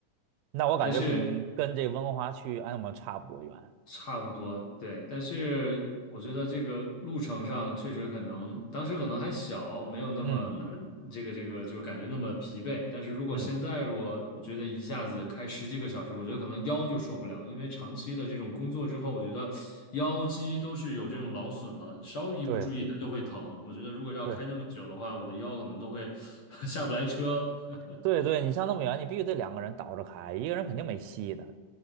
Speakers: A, on the right (about 85°); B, on the left (about 50°).
A: 那我感觉跟跟这温哥华去安姆差不多远。
B: 但是差不多，对，但是我觉得这个路程上确实可能，当时可能还小，没有那么难，
A: 嗯
B: 这个这个就感觉那么疲惫。但是如果现在我觉得一下子开十几个小时，
A: 嗯，
B: 我觉得可能腰就受不了，因为长期的这种工作之后，我觉得腰肌都是有这种劳损了，稍微一不注意它就会疼。
A: 对
B: 我觉得如果要开那么久的话，
A: 对
B: 我的腰可能都会 <laughs> 下不来车。<laughs>
A: 对对，你像那么远，你必须得两个人倒着开，一个人肯定没戏的。